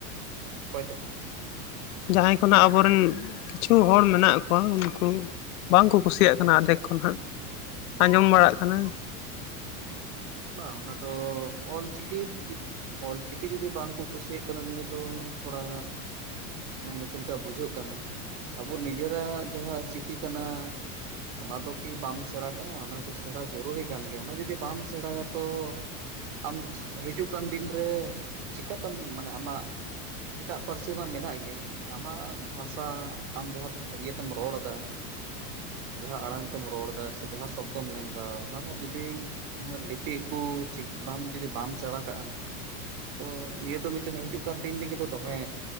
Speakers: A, on the right; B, on the left.
A: ᱚᱠᱚᱭ ᱛᱟᱠᱚ?
B: ᱡᱟᱦᱟᱸᱭ ᱠᱷᱚᱱᱟᱜ ᱟᱵᱚᱨᱮᱱ ᱠᱤᱪᱷᱩ ᱦᱚᱲ ᱢᱮᱱᱟᱜ ᱠᱚᱣᱟ ᱩᱱᱠᱩ ᱵᱟᱝᱠᱚ ᱠᱩᱥᱤᱭᱟᱜ ᱠᱟᱱᱟ ᱟᱫᱷᱮᱠ ᱠᱷᱚᱱ ᱦᱟᱸᱜ ᱟᱡᱚᱢ ᱵᱟᱲᱟᱜ ᱠᱟᱱᱟ᱾
A: ᱵᱟᱝ ᱚᱱᱟ ᱛᱚ ᱚᱞᱪᱤᱠᱤ ᱚᱞᱪᱤᱠᱤ ᱡᱩᱫᱤ ᱵᱟᱝᱠᱚ ᱠᱩᱥᱤᱭᱟᱜ ᱠᱟᱱᱟ ᱱᱤᱭᱟᱹ ᱫᱚ ᱛᱷᱚᱲᱟ ᱢᱟᱱᱮ ᱪᱮᱫ ᱞᱮᱠᱟ ᱵᱩᱡᱷᱟᱹᱜ ᱠᱟᱱᱟ ᱟᱵᱚ ᱱᱤᱡᱮᱨᱟᱜ ᱡᱟᱦᱟᱸ ᱪᱤᱠᱤ ᱠᱟᱱᱟ ᱚᱱᱟ ᱫᱚ ᱠᱤ ᱵᱟᱢ ᱥᱮᱬᱟ ᱠᱟᱜ-ᱟ ᱚᱱᱟ ᱫᱚ ᱥᱮᱲᱟ ᱡᱚᱨᱩᱨᱤ ᱠᱟᱱ ᱜᱮᱭᱟ ᱚᱱᱟ ᱡᱩᱫᱤ ᱵᱟᱢ ᱥᱮᱬᱟᱭᱟ ᱛᱚ ᱟᱢ ᱦᱤᱡᱩᱜ ᱠᱟᱱ ᱫᱤᱱ ᱨᱮ ᱪᱤᱠᱟᱛᱮᱢ ᱢᱟᱱᱮ ᱟᱢᱟᱜ ᱮᱴᱟᱜ ᱯᱟᱹᱨᱥᱤ ᱢᱟ ᱢᱮᱱᱟᱜ ᱜᱮ, ᱟᱢᱟᱜ ᱵᱷᱟᱥᱟ ᱟᱢ ᱡᱟᱦᱟᱸ ᱤᱭᱟᱹᱛᱮᱢ ᱨᱚᱲ ᱫᱟ, ᱡᱟᱦᱟᱸ ᱟᱲᱟᱝ ᱛᱮᱢ ᱨᱚᱲ ᱫᱟ ᱥᱮ ᱡᱟᱦᱟᱸ ᱥᱚᱵᱫᱚᱢ ᱢᱮᱱ ᱫᱟ ᱚᱱᱟ ᱨᱮᱱᱟᱜ ᱡᱩᱫᱤ ᱚᱱᱟ ᱞᱤᱯᱤ ᱠᱩ ᱪᱤᱠ ᱵᱟᱢ ᱡᱩᱫᱤ ᱵᱟᱢ ᱥᱮᱬᱟ ᱠᱟᱜᱼᱟ, ᱛᱚ ᱱᱤᱭᱟᱹ ᱫᱚ ᱢᱤᱫᱴᱮᱱ ᱦᱤᱡᱩᱜ ᱠᱟᱱ ᱫᱤᱱ ᱞᱟᱹᱜᱤᱫ ᱫᱚ ᱫᱚᱢᱮ